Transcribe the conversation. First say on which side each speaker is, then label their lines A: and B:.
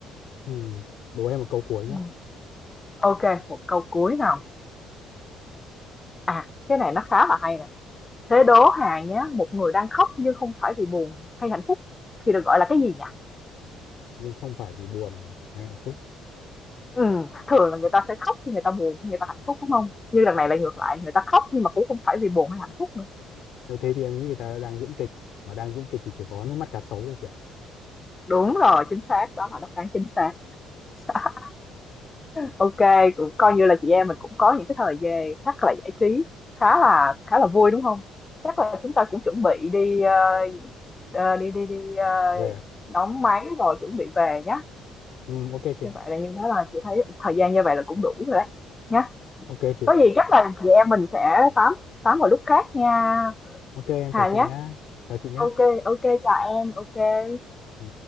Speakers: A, on the left; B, on the left.
A: ừ. đố em một câu cuối nhé
B: Ừ. Ok, một câu cuối nào. À, cái này nó khá là hay nè. Thế đố Hà nhé, một người đang khóc nhưng không phải vì buồn hay hạnh phúc thì được gọi là cái gì nhỉ?
A: nhưng không phải vì buồn hay hạnh phúc
B: Ừ thường là người ta sẽ khóc khi người ta buồn, khi người ta hạnh phúc, đúng không Như lần này lại ngược lại, người ta khóc nhưng mà cũng không phải vì buồn hay hạnh phúc nữa.
A: nếu thế thì em nghĩ người ta đang diễn kịch mà đang diễn kịch thì chỉ có nước mắt cá sấu thôi chị ạ
B: Đúng rồi, chính xác, đó là đáp án chính xác. <laughs> OK cũng coi như là chị em mình cũng có những cái thời gian chắc là giải trí khá là khá là vui, đúng không Chắc là chúng ta cũng chuẩn bị đi, ơ, ờ, đi đi đi, ơ,
A: về ạ.
B: đóng máy rồi chuẩn bị về nhá.
A: ừ, ok chị
B: Như
A: ạ
B: vậy là như đó là chị thấy thời gian như vậy là cũng đủ rồi đấy, nhá.
A: ok chị
B: Có gì chắc là chị em mình sẽ tám tám vào lúc khác nha,
A: ok em
B: Hà
A: chào chị
B: nhá.
A: nhá chào chị nhá
B: OK, OK, chào em, OK.
A: ừ.